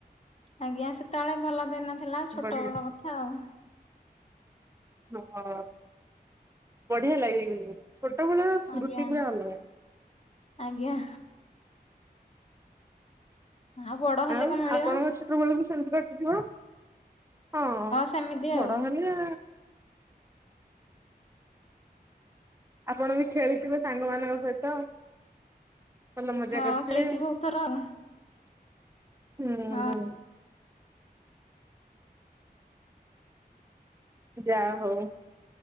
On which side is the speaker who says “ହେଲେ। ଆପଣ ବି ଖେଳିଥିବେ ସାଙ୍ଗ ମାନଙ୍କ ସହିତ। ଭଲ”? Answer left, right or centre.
Right